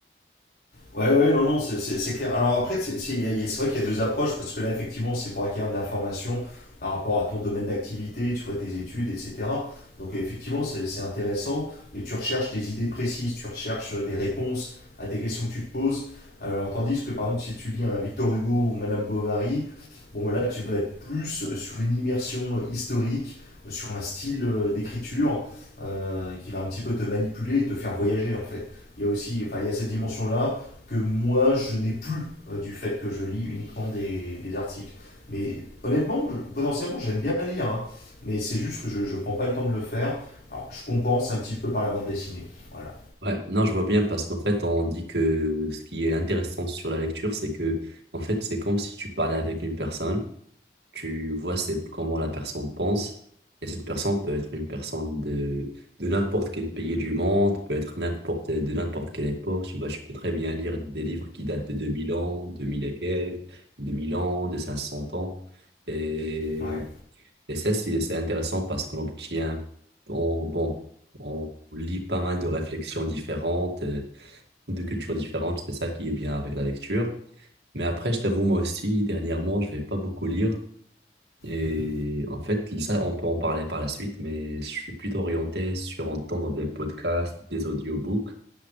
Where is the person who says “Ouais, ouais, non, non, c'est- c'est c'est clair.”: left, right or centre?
Left